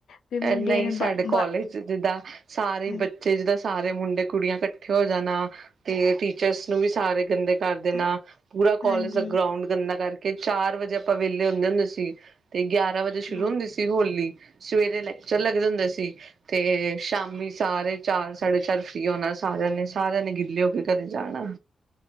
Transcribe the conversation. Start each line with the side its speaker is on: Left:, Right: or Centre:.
Left: ਫਿਰ ਮੁੰਡਿਆਂ
Right: ਨਹੀਂ
Left: ਨੇ
Right: ਸਾਡੇ
Left: ਬਾ
Right: ਕੋਲਜ
Left: ਬਾ
Right: ਜਿੱਦਾਂ ਸਾਰੇ
Left: ਹਾਂ-
Right: ਬੱਚ ਬੱਚੇ ਜਿੱਦਾਂ ਸਾਰੇ ਮੁੰਡੇ ਕੁੜੀਆਂ ਇਕੱਠੇ ਹੋ ਜਾਣਾ ਤੇ ਟੀਚਰਸ ਨੂੰ ਵੀ ਸਾਰੇ ਗੰਦੇ ਕਰ ਦੇਣਾ
Left: ਹਾਂ-
Right: ਪੂਰਾ
Left: ਹਾਂਜੀ
Right: ਕੋਲਜ ਦਾ ਗਰਾਉਂਡ ਗੰਨਾ ਕਰਕੇ ਚਾਰ ਵਜੇ ਆਪਾਂ ਵਿਹਲੇ ਹੁੰਦੇ ਹੁੰਦੇ ਸੀ ਤੇ ਗਿਆਰਾਂ ਵਜੇ ਸ਼ੁਰੂ
Left: ਠੀਕ
Right: ਹੁੰਦੇ ਸੀ। ਤੇ ਹੋਲੀ ਸਵੇਰੇ ਲੈਕਚਰ ਲੱਗਦੇ ਹੁੰਦੇ ਸੀ। ਤੇ ਸ਼ਾਮੀ ਸਾਰੇ ਚਾਰ ਸਾਢੇ ਚਾਰ ਫ੍ਰੀ ਹੋਣਾ ਸਾਰਿਆਂ ਨੇ ਸਾਰਿਆਂ ਨੇ ਗਿੱਲੇ ਹੋ ਕੇ ਘਰੇ ਜਾਣਾ